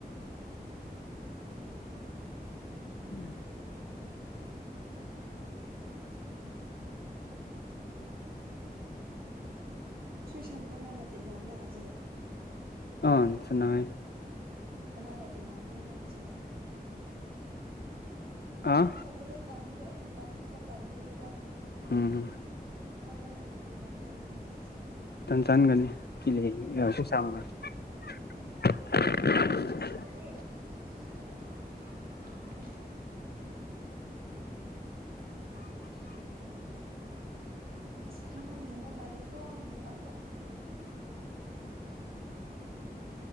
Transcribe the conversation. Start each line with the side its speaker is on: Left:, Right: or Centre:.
Left: <inaudible>
Right: ꯁꯨꯏꯁꯝꯀ ꯅꯪꯒ ꯇꯤꯟꯅꯕ꯭ꯔ ꯍꯧꯖꯤꯛ꯫
Left: ꯑꯥ <unintelligible>
Right: ꯀꯅꯥꯒ ꯇꯤꯟꯅꯕ꯭ꯔꯦ ꯃꯥ ꯍꯖꯤꯛ꯫
Left: ꯑꯥ
Right: ꯑꯩ ꯊꯣꯛꯄꯗꯣ ꯇꯥꯟꯕꯗꯣ ꯑꯩ ꯃꯄꯥꯟ ꯊꯣꯛꯄ ꯇꯥꯟꯕꯒꯤꯀꯣ꯫
Left: ꯎꯝ꯫
Right: ꯃꯥ ꯀꯅꯥꯒ ꯇꯤꯟꯅꯕ꯭ꯔꯥꯥꯏꯅꯦ ꯍꯥꯏꯕꯅꯦ ꯍꯧꯖꯤꯛꯁꯦ꯫
Left: ꯆꯥꯟ ꯆꯥꯟꯒꯅꯤ <unintelligible>
Right: ꯑꯣ ꯑꯥ <unintelligible> ꯑꯉꯥꯡ ꯌꯥꯝꯕ ꯃꯥꯜꯂꯦꯀꯣ ꯃꯄꯥꯟꯗ꯫